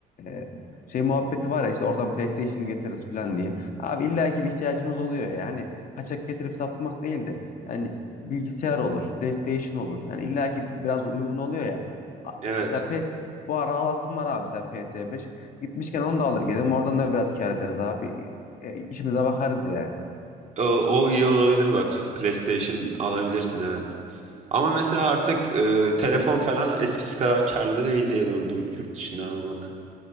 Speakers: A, on the left (about 55°); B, on the right (about 40°).
A: e, şey muhabbeti var ya işte oradan PlayStation getiririz falan diye. Abi illaki bir ihtiyacımız oluyor ya. Yani kaçak getirip satmak değil de yani bilgisayar olur, PlayStation olur. Yani illaki biraz da uygun oluyor ya. A-
B: Evet
A: Mesela PS bu ara alasım var abi mesela PS5. Gitmişken onu da alır gelirim oradan da biraz kâr ederiz abi. E, işimize bakarız yani.
B: o, o iyi olabilir bak PlayStation alabilirsin evet. Ama mesela artık e, telefon falan eskisi kadar karlı değil diye durdum yurt dışından almak.